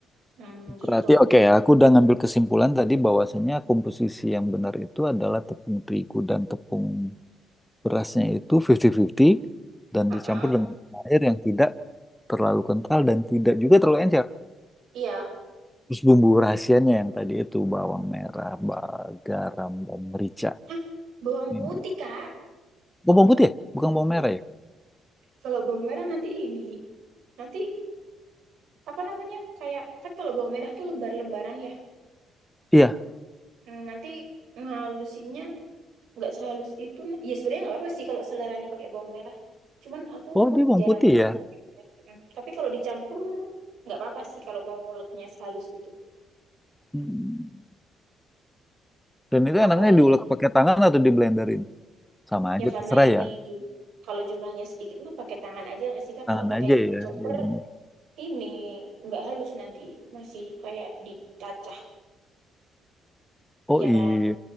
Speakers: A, on the right; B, in the centre.
A: hmm, gitu
B: Berarti oke ya, aku udah ngambil kesimpulan tadi bahwasanya komposisi yang benar itu adalah tepung terigu dan tepung berasnya itu 50-50 dan
A: Heeh.
B: dicampur dengan air yang tidak terlalu kental dan tidak juga terlalu encer.
A: iya
B: Terus bumbu rahasianya yang tadi itu bawang merah, ba- garam dan merica.
A: Hah, bawang
B: Ini.
A: putih kak
B: Oh, bawang putih ya? Bukan bawang merah ya?
A: kalau bawang merah nanti ini nanti apa namanya kayak kan kalau bawang merah tuh lembar-lembaran ya
B: Iya,
A: Hmm, nanti ngalusinnya nggak sehalus itu ya sebenarnya nggak apa-apa sih kalau seleranya pakai bawang merah cuman aku
B: Oh, dia bawang
A: jarang
B: putih ya.
A: pakai bawang merah ya kan. tapi kalau dicampur nggak apa-apa sih kalau mau nguleknya sehalus itu
B: Hmm. Dan itu
A: apalagi
B: enaknya diulek
A: nih
B: pakai tangan atau di blenderin? Sama aja,
A: ya karena
B: terserah
A: ini
B: ya.
A: jum- kalau jumlahnya sedikit mah pakai tangan aja nggak sih kak
B: Tangan
A: kalau pakai
B: aja ya,
A: chopper
B: ya bener.
A: ini nggak halus nanti masih kayak dicacah iya
B: Oh
A: kan
B: iya,